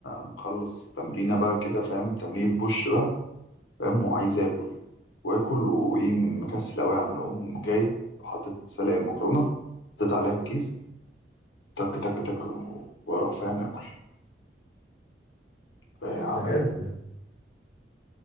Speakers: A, on the left (about 85°); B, on the left (about 40°).
A: مخلص تمرينة بقى كده فاهم تمرين بوش بقى فاهم وعايز آكل وآكل وإيه مكسل أوي أعمل أقوم جايب حاطط سلق المكرونة حطيت عليها الكيس تك تك تك وأروح فاهم آكل فهي عملية
B: ده جامد
A: دي.
B: ده